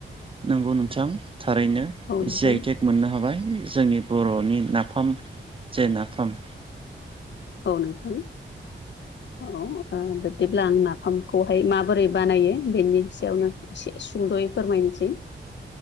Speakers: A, on the right; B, on the left.
A: नोंगौ नोंथां थारैनो
B: औ नोंथां
A: जि आइ टेग मोननो हाबाय। जोंनि बर'नि नाफाम जे नाफाम
B: औ नोंथां औ ओ बिब्दिब्ला आं नाफामखौहाय माबोरै बानायो बेनि सायावनो एसे सुद'यै फोरमायनोसै।